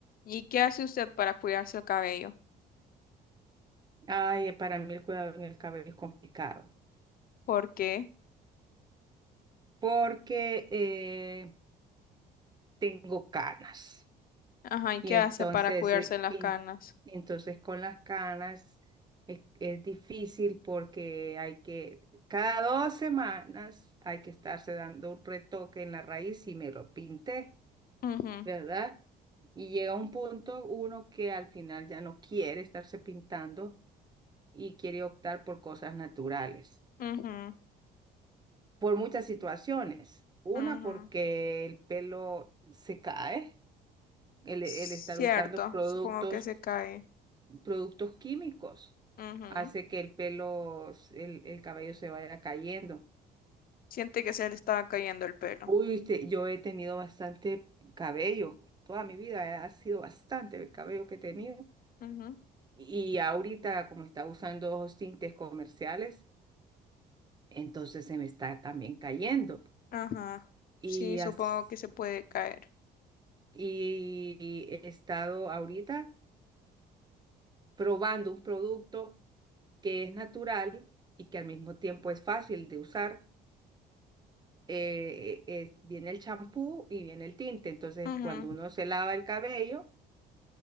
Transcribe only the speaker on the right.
Ay, para mí el cuidado en el cabello es complicado
porque eh, tengo canas
y
entonces,
eh,
en-
entonces con las canas es, es difícil porque hay que, cada dos semanas hay que estarse dando un retoque en la raíz y me lo pinté,
¿verdad? Y llega un punto uno que al final ya no quiere estarse pintando y quiere optar por cosas naturales.
por muchas situaciones. Una,
porque el pelo se cae, el,
el estar usando productos,
productos químicos
hace que el pelo, s- el, el cabello se vaya cayendo.
Uy, usted- yo he tenido bastante cabello, toda mi vida ha sido bastante el cabello que he tenido.
Y ahorita, como está usando ojos tintes comerciales, entonces se me está también cayendo.
Y,
as-
y he estado ahorita probando un producto que es natural y que al mismo tiempo es fácil de usar. eh, eh, es- viene el champú y viene el tinte. Entonces,
cuando uno se lava el cabello,